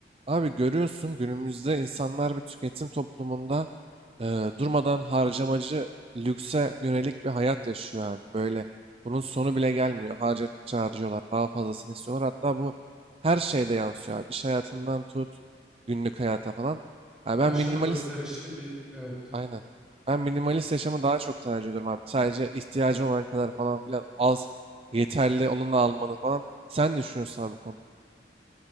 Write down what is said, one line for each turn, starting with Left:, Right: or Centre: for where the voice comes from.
Right: Abi görüyorsun günümüzde insanlar bir tüketim toplumunda e, durmadan harcamacı lükse yönelik bir hayat yaşıyor abi. Böyle bunun sonu bile gelmiyor. Harcadıkça harcıyorlar. Daha fazlasını istiyorlar. Hatta bu her şeyde yansıyor abi. İş hayatından tut günlük hayata falan. Ha,
Centre: Ne
Right: ben
Centre: aşırı
Right: minimalist
Centre: gösterişli bir evet.
Right: aynen. Ben minimalist yaşamı daha çok tercih ediyorum abi. Sadece ihtiyacın olan kadar falan filan az yeterli olanı almanı falan. Sen ne düşünüyorsun abi bu konuda.